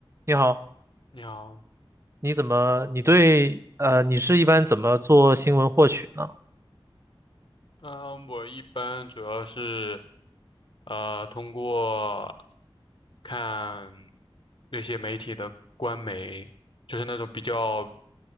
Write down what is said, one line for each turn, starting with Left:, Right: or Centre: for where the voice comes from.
Right: 你好，
Left: 你好，
Right: 你怎么，你对，呃，你是一般怎么做新闻获取呢？
Left: 嗯、我一般主要是，呃，通过看那些媒体的官媒，就是那种比较，